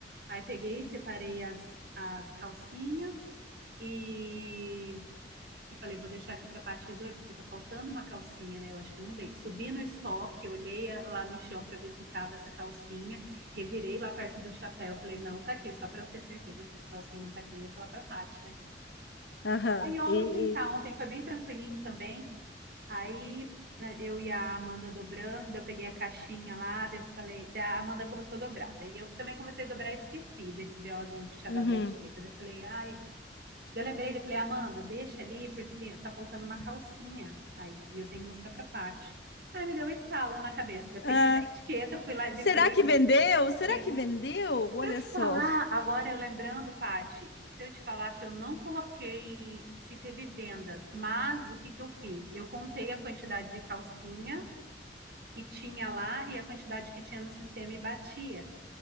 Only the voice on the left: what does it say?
Aham.
E,
e-
uhum.
Ah,
será que vendeu? Será
que vendeu? Olha
só.